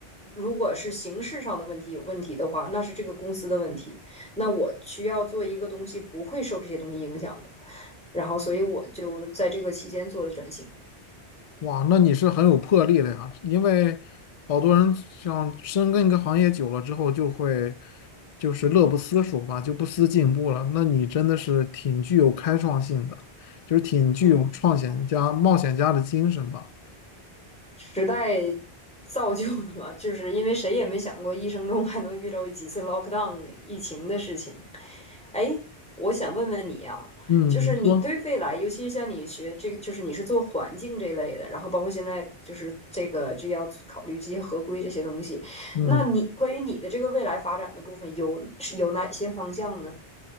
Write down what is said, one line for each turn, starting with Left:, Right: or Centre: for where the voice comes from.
Centre: 如果是形式上的问题有问题的话，那是这个公司的问题，那我需要做一个东西不会受这些东西影响的，然后所以我就在这个期间做了转型，
Left: 哇，那你是很有魄力的呀，因为好多人像深耕一个行业久了之后，就会就是乐不思蜀吧，就不思进步了。那你真的是挺具有开创性的，就是挺具有创险家、
Centre: 嗯。
Left: 冒险家的精神吧。
Centre: 时代造就的嘛，就是因为谁也没想过一生中还能遇到几次 lockdown 疫情的事情。哎，我想问问你啊，
Left: 嗯，
Centre: 就是你对未来，
Left: 你说，
Centre: 尤其是像你学这个，就是你是做环境这类的，然后包括现在就是这个这要考虑这些合规这些东西，
Left: 嗯。
Centre: 那你关于你的这个未来发展的部分有是有哪些方向呢？